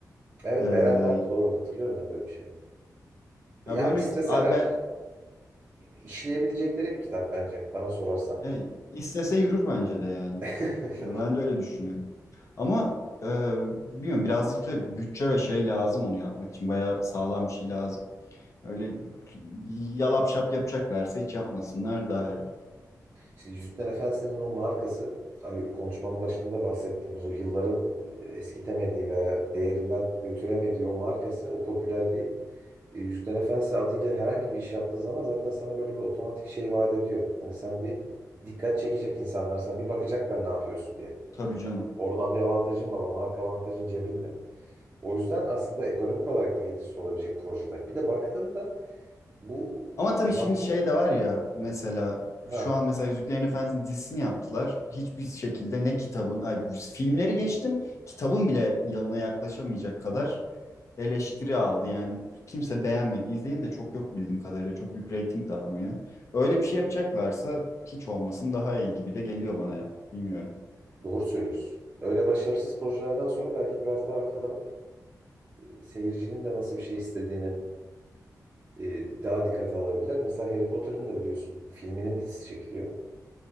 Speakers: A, on the right; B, on the left.
A: Evet
B: E,
A: Beren vardı doğru hatırlıyorum ben de öyle bir şey.
B: ya
A: Ya
B: böyle
A: isteseler
B: abi ben,
A: işleyebilecekleri bir kitap bence bana sorarsan.
B: e, istese yürür bence de yani.
A: <laughs>
B: Ya ben de öyle düşünüyorum. Ama e, bilmiyorum birazcık da bütçe ve şey lazım onu yapmak için bayağı sağlam bir şey lazım. Öyle yalap şap yapacaklarsa hiç yapmasınlar daha iyi.
A: İşte Yüzüklerin Efendisi'nin o markası ay- konuşmanın başında da bahsettiğimiz o yılların e, eskitemediği ve değerinden götüremediği o markası, o popülerliği e, Yüzüklerin Efendisi adıyla herhangi bir iş yaptığın zaman zaten sana böyle bir otomatik şey vaat ediyor. Hani sen bir dikkat çekecek insanlar sana bir bakacaklar ne yapıyorsun diye.
B: Tabii canım.
A: Oradan bir avantajın var o marka avantajın cebinde. O yüzden aslında ekonomik olarak da getirisi olabilecek projede. Bir de baktığımda bu
B: Ama tabii
A: e, zam
B: şimdi şey de var ya mesela
A: ha,
B: şu an mesela Yüzüklerin Efendisi'nin dizisini yaptılar. Hiçbir şekilde ne kitabın, ay, filmleri geçtim. Kitabın bile yanına yaklaşamayacak kadar eleştiri aldı. Yani kimse beğenmedi. İzleyen de çok yok bildiğim kadarıyla. Çok büyük reyting de almıyor. Öyle bir şey yapacaklarsa hiç olmasın daha iyi gibi de geliyor bana ya. Bilmiyorum.
A: Doğru söylüyorsun. Öyle başarısız projelerden sonra belki biraz daha akıllanıp e, seyircinin de nasıl bir şey istediğini e, daha dikkate alabilirler. Mesela Harry Potter'ın da biliyorsun filminin dizisi çekiliyor.